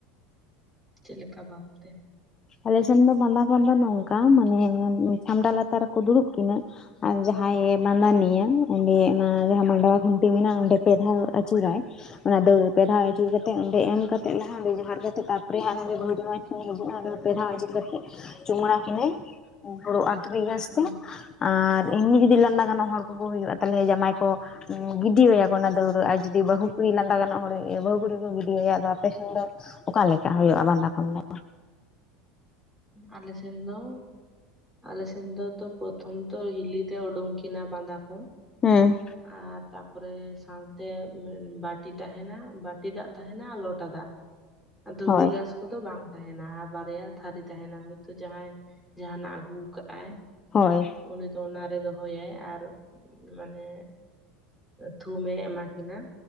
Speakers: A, in the centre; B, on the left (about 30°).
A: ᱪᱮᱫ ᱞᱮᱠᱟ ᱵᱷᱟᱵᱛᱮ
B: ᱟᱞᱮ ᱥᱮᱱ ᱫᱚ ᱵᱟᱸᱫᱟ ᱯᱚᱱ ᱫᱚ ᱱᱚᱝᱠᱟ ᱢᱟᱱᱮ ᱪᱷᱟᱢᱰᱟ ᱞᱟᱛᱟᱨ ᱨᱮᱠᱚ ᱫᱩᱲᱩᱵ ᱠᱤᱱᱟᱹ ᱟᱨ ᱡᱟᱦᱟᱸᱭᱮ ᱵᱟᱸᱫᱟᱱᱤᱭᱟ ᱚᱸᱰᱮ ᱚᱱᱟ ᱡᱟᱦᱟᱸ ᱢᱟᱰᱣᱟ ᱠᱷᱩᱱᱴᱤ ᱢᱮᱱᱟᱜᱼᱟ ᱚᱸᱰᱮ ᱯᱮ ᱫᱷᱟᱣ ᱟᱹᱪᱩᱨᱟᱭ᱾ ᱚᱱᱟ ᱫᱟᱹᱣ ᱯᱮ ᱫᱷᱟᱣ ᱟᱹᱪᱩᱨ ᱠᱟᱛᱮᱫ ᱚᱸᱰᱮ ᱮᱢ ᱠᱟᱛᱮᱫ ᱞᱟᱦᱟ ᱚᱸᱰᱮ ᱡᱚᱦᱟᱨ ᱠᱟᱛᱮᱫ ᱛᱟᱨᱯᱚᱨᱮ ᱦᱟᱸᱜ ᱱᱚᱰᱮ ᱵᱦᱩ-ᱡᱟᱶᱟᱭ ᱴᱷᱮᱱᱮ ᱦᱤᱡᱩᱜᱼᱟ ᱟᱫᱚ ᱯᱮ ᱫᱷᱟᱣ ᱟᱪᱩᱨ ᱠᱟᱛᱮᱫᱜ ᱪᱩᱢᱟᱹᱲᱟ ᱠᱤᱱᱟᱹᱭ ᱦᱩᱲᱩ ᱟᱨ ᱫᱩᱵᱤ ᱜᱷᱟᱸᱥ
A: ᱚ
B: ᱛᱮ᱾ ᱟᱨ ᱮᱢᱱᱤ ᱡᱩᱫᱤ ᱞᱟᱸᱫᱟ ᱜᱟᱱᱚᱜ ᱦᱚᱲ ᱠᱚᱠᱚ ᱦᱩᱭᱩᱜᱼᱟ ᱛᱟᱞᱦᱮ ᱡᱟᱢᱟᱭ ᱠᱚ ᱩᱸ ᱜᱤᱰᱤᱣᱟᱭᱭᱟ ᱠᱚ ᱚᱱᱟ ᱫᱟᱹᱣᱲᱟᱹ ᱟᱨ ᱡᱩᱫᱤ ᱵᱟᱹᱦᱩ ᱠᱩᱲᱤ ᱞᱟᱸᱫᱟ ᱜᱟᱱᱚᱜ ᱦᱚᱲ ᱮ ᱦᱩᱭᱩᱜ ᱵᱟᱹᱦᱩ ᱠᱩᱲᱤ ᱠᱚ ᱜᱤᱰᱤ ᱟᱭᱟ ᱟᱫᱚ ᱟᱯᱮ ᱥᱮᱱ ᱫᱚ ᱚᱠᱟᱞᱮᱠᱟ ᱦᱩᱭᱩᱜ-ᱟ ᱵᱟᱸᱫᱟ ᱯᱚᱱ ᱫᱚ?
A: ᱟᱞᱮ ᱥᱮᱱ ᱫᱚ ᱟᱞ ᱥᱮᱱ ᱫᱚ ᱛᱚ ᱯᱨᱚᱛᱷᱚᱢ ᱛᱚ ᱦᱤᱞᱤ ᱛᱮ ᱩᱰᱩᱝ ᱠᱤᱱᱟ ᱵᱟᱸᱫᱟ ᱯᱚᱱ᱾
B: ᱦᱩᱸ᱾
A: ᱟᱨ ᱛᱟᱯᱚᱨᱮ ᱥᱟᱶᱛᱮ ᱩᱱᱟᱹᱜ ᱵᱟᱴ ᱴᱤ ᱛᱟᱦᱮᱱᱟ, ᱵᱟᱴᱤ ᱫᱟᱜ ᱛᱟᱦᱮᱱᱟ ᱟᱨ ᱞᱚᱴᱟ ᱫᱟᱜ ᱟᱨ ᱫᱷᱩᱵᱤ
B: ᱦᱳᱭ
A: ᱜᱷᱟᱥ ᱠᱚᱫᱚ ᱵᱟᱝ ᱛᱟᱦᱮᱱᱟ ᱟᱨ ᱵᱟᱨᱭᱟ ᱛᱷᱟᱹᱨᱤ ᱛᱟᱦᱮᱱᱟ ᱦᱚᱭᱛᱳ ᱡᱟᱦᱟᱸᱭ ᱡᱟᱦᱟᱱᱟᱜ ᱟᱹᱜᱩᱣ ᱠᱟ-ᱟᱭ᱾
B: ᱦᱳᱭ᱾
A: ᱩᱱᱤ ᱫᱚ ᱚᱱᱟᱨᱮ ᱫᱚᱦᱚᱭᱟᱭ ᱟᱨ ᱢᱟᱱᱮ ᱛᱷᱩᱢᱮ ᱮᱢᱟ ᱠᱤᱱᱟ᱾